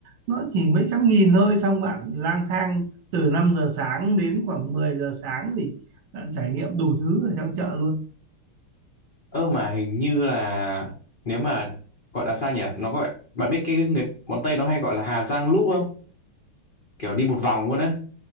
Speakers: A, on the right; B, on the left.
A: nó chỉ mấy trăm nghìn thôi xong bạn lang thang từ 5 giờ sáng đến khoảng 10 giờ sáng thì bạn trải nghiệm đủ thứ ở trong chợ luôn
B: ơ mà hình như là nếu mà gọi là sao nhỉ? Nó gọi, bạn biết cái người bọn Tây nó hay gọi là Hà Giang Loop không? Kiểu đi một vòng luôn á.